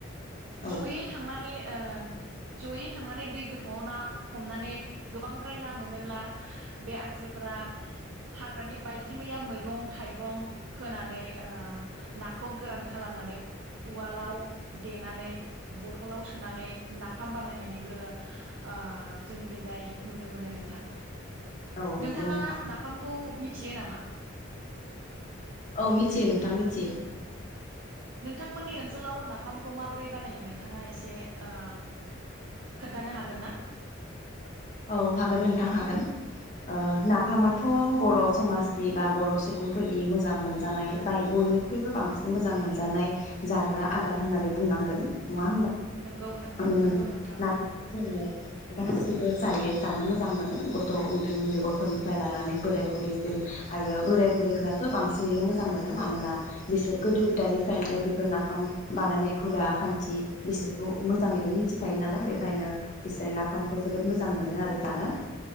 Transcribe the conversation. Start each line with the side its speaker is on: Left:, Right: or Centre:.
Left: औ
Right: जयै थांनानै ओ जयै थांनानै दै गोथौआव ना हमनानै गोबांद्राय ना मोनोब्ला बे आइजोफोरा हाग्रानि बायदि मैया मैगं थाइगं होनानै ओ नाखौ गोरान खालामनानै उवालाव देनानै बथलाव सोनानै ना फाम बानायनायनिबो ओ जों खैजाय नुनो मोनो नोंथां।
Left: औ
Right: नोंथाङा
Left: नंगौ नोंथां
Right: नाफामखौ मिथ थियो नामा?
Left: औ मिथियो नोंथां मिथियो।
Right: नोंथांमोननि ओनसोलाव नाफामखौ माबोरै बानायो नोंथाङा एसे ओ खोन्थानो हागोन ना?
Left: औ हागोन नोंथां हागोन ओ नाफामाथ' बर' समाजनि बा बर' सुबुंफोरनि मोजां मोनजानाय बा बयनिख्रुइबो बांसिन मोजां मोनजानाय जाग्रा आदार होननानै बुंनांगोन। नङा
Right: नंगौ
Left: होमबा <unintelligible>
Right: नंगौ नोंथां
Left: गासिब बो जायो। जानो मोजां मोनो गथ' उन्दै उन्दै गथ'निफ्राय लानानै बोराय बुरैसिम आरो बोराय बुरैफ्राथ' बांसिनैनो मोजां मोनो। मानोना बिसोर गोदो गोदायनिफ्रायनो बेफोर नाफाम बानायनाय हुदा खान्थि बिसोरखौ मोजाङैनो मिथिखायो नालाय बेखायनो बिसोरो नाफामखौ जोबोद मोजां मोनो आरो जानो